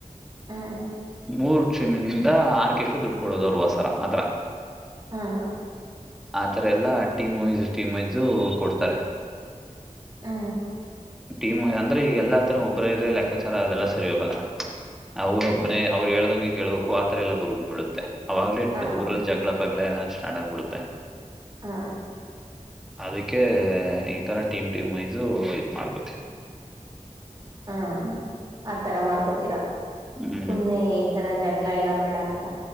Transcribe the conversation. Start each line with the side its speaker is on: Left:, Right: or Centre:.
Right: ಹ್ಮ್
Centre: ಮೂರುಷಮಿಂದ ಆರ್ಕೆಸ್್ರ ದುಡ್ಡು ಕೊಡೋದು ಅವರು ವಸರ ಅತ್ರ
Right: ಹಾ
Centre: ಆತರ ಎಲ್ಲಾ ಟೀಮ್ ವೈಸ್ ಟೀಮ್ ವೈಸು ಕೊಡ್ತಾರೆ
Right: ಹೂ
Centre: ಟೀಮ್ ಅಂದ್ರೆ ಈಗ ಎಲ್ಲಾ ತರ ಒಬ್ಬರ ಇದ್ರೆ ಲೆಕ್ಕಾಚಾರ ಅದೆಲ್ಲ ಸರಿ ಹೋಗಲ್ಲ ಅವ್ರೊಬ್ಬ್ರೇ
Right: ಹ್ಮ್
Centre: ಅವ್ರು ಹೇಳ್ದಂಗೆ ಕೇಳ್ಬೇಕು ಆತರ ಎಲ್ಲ ಬರ್್ ಬಿಡುತ್ತೆ ಅವಾಗ್ಲಿೇ
Right: ಹಾ
Centre: ಊರಲ್ಲಿ ಜಗಳ ಪಗ್ಗಳ ಎಲ್ಲ ಸ್ಟಾರ್ಟ್ ಆಗ್ಬಿಡುತ್ತೆ
Right: ಹಾ
Centre: ಅದಕ್ಕೆ ಈ ತರ ಟೀಮ್ ಟೀಮ್ ವೈಸ ಇದ್ ಮಾಡ್ಕೊತವಿ
Right: ಹಾ ಆತರ ಮಾಡ್ಕೊತೀರಾ
Centre: ಹ್ಮ್
Right: ಸುಮ್ನೆ ಈ ತರ ಜಗಳ ಎಲ್ಲ ಬೇಡ ಅಂತ